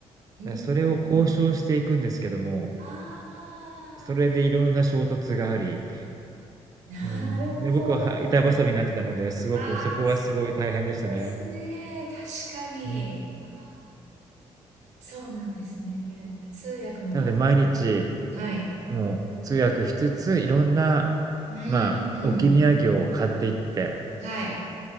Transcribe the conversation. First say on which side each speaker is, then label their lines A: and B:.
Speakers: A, on the right; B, on the right.
A: うん。
B: だ、それを交渉していくんですけども、
A: うんああ、
B: それでいろんな衝突があり
A: なるほど。
B: うん。で、僕は、は板挟みになってたので、すごく、
A: ああ、
B: そこはすごい大変でしたね。
A: そうですね。確かに。
B: うん。
A: あそうなんですねあそれは大変うんうんああなるほどああそうですね確かにそうなんですね通訳の方。
B: なので毎日、
A: はい。
B: もう通訳しつつ、いろんな、
A: うん。
B: まあ、置き土産を買っていって、
A: うんはい。